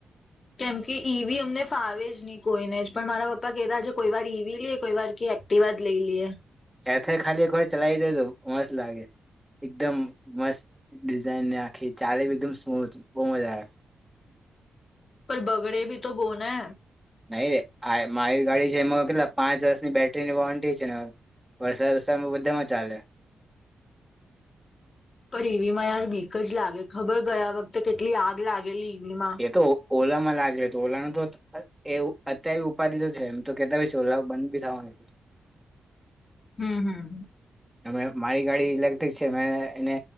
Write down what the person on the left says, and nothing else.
કેમ કે ઈવી અમને ફાવેે જ નહી કોઈને જ પણ મારા પપ્પા કેતા છે કોઈ વાર ઈવી લઈએ, કોઈવાર કે એક્ટિવા જ લઈ લઈએ.
પર બગડે બી તો બોને.
પણ એવીમાં યાર બીક જ લાગે ખબર ગયા વખતે કેટલી આગ લાગેલી ઈવીમાં
હમ્મ હમ્મ.